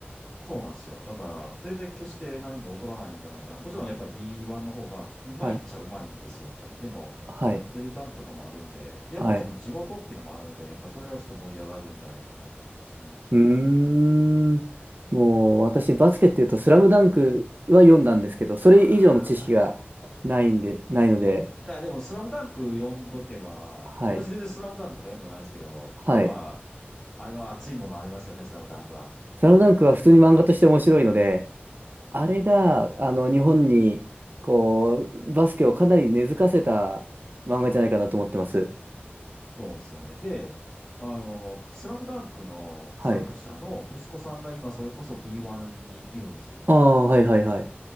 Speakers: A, on the left; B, on the right.
A: そうなんですよ。だから、全然決して何も劣らないんじゃないかな。もちろんやっぱり B1 の方がうまいっちゃうまいんですよ、
B: はい、
A: やっぱり。でも、
B: はい、
A: 全然ダンクとかもあるんで、で、やっぱりその地元っていうのもあるので、
B: はい。
A: やっぱそれはちょっと盛り上がるんじゃないかなと思いますね。
B: うーん。もう私バスケっていうと「スラムダンクは読んだんですけど、それ以上の知識がないんで、
A: ああ、ナイス。
B: ないので、
A: いや、でも、スラムダンク読んどけば、
B: はい。
A: 私全然スラムダンクとか読んでもないですけど、
B: はい。
A: やっぱ、あれは熱いものありますよね、スラムダンクは。
B: スラムダンクは普通に漫画として面白いので、
A: うん。
B: あれがあの日本にこうバスケをかなり根付かせた漫画じゃないかなと思ってます。
A: そうですよね。で、あの、スラムダンクの作者の息子さんが今、
B: はい。
A: それこそ B1 にいるんですよ。
B: ああ、はいはいはい。